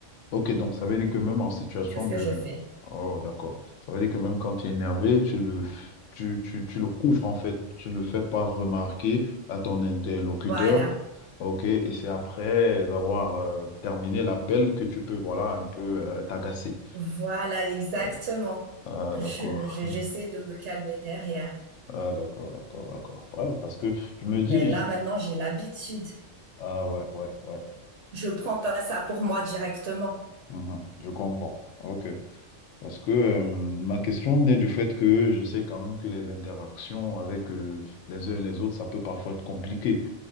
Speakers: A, on the left; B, on the right.
A: Ok, donc ça veut dire que même en situation
B: C'est ce
A: de...
B: que je fais.
A: Oh, d'accord. Ça veut dire que même quand tu es énervé, tu le... Tu, tu, tu le couvres en fait, tu ne le fais pas remarquer à ton interlocuteur
B: Voilà.
A: Ok, et c'est après avoir euh, terminé l'appel que tu peux, voilà, un peu euh, t'agacer.
B: Voilà, exactement.
A: Euh, ah,
B: Je,
A: d'accord.
B: j'ai-
A: <laughs>
B: j'essaie de me calmer derrière.
A: Ah, d'accord, d'accord, d'accord. Ouais, parce que je me dis,
B: Mais là,
A: je-
B: maintenant, j'ai l'habitude.
A: ah ouais, ouais, ouais.
B: Je prends pas ça pour moi directement.
A: Mhm, je comprends. Ok. Parce que euh, ma question naît du fait que je sais quand même que les interactions avec euh, les uns et les autres, ça peut parfois être compliqué.